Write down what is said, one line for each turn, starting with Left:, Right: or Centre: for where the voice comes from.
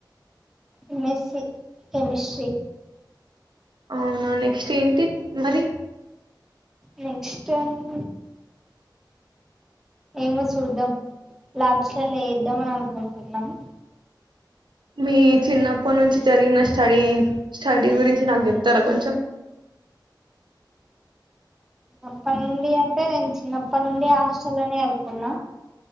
Centre: ఎమ్మెస్సీ కెమిస్ట్రి
Right: అవునా నెక్స్ట్ ఏంటి మరి
Centre: నెక్స్ట్ అంట ఏమో చూద్దాం ల్యాబ్స్ లల్లా చేద్దాం అని అనుకుంటున్నాము
Right: మీ చిన్నప్పటి నుంచి జరిగిన స్టడీ స్టడీ గురించి నాకు చెప్తారా కొంచెం
Centre: అప్పటినుండి అంటే అయి నేను చిన్నప్పటి నుండి హాస్టల్ని చదువుకున్న